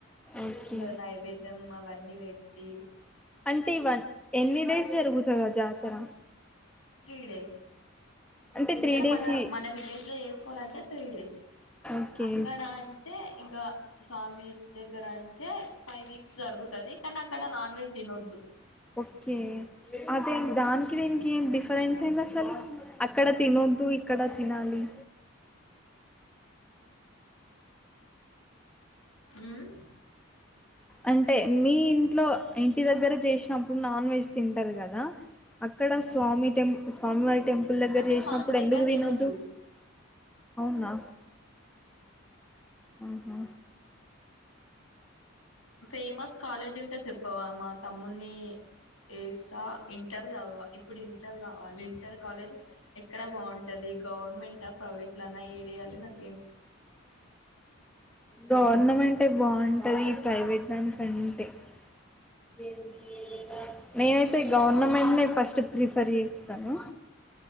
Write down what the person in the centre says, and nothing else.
ఓకే
అంటే ఇవన్ ఎన్ని డేస్ జరుగుతదా జాతర
అంటే
త్రీ డేస్
ఈ
ఓకే
ఓకే అదే దానికి దీనికి ఏం డిఫరెన్స్ ఏంది అసలు అక్కడ తినొద్దు ఇక్కడ తినాలి.
అంటే మీ ఇంట్లో ఇంటి దగ్గర చేసినప్పుడు నాన్ వెజ్ తింటారు కదా అక్కడ స్వామి టెం స్వామివారిక్ టెంపుల్ దగ్గర
చేసినప్పుడు
ఎందుకు
తినద్దు అవునా ఆహా
గవర్నమెంట్ అంటే బాగుంటుంది ఈ ప్రైవేట్ దానికంటే <unintelligible> నేనైతే గవర్నమెంట్నే ఫస్ట్ ప్రిఫర్ చేస్తాను